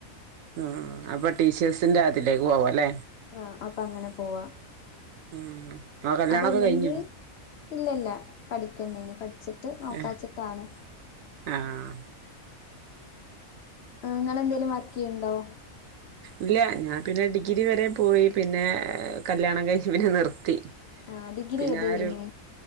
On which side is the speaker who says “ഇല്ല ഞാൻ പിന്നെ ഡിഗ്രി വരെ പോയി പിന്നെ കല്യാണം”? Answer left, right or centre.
Right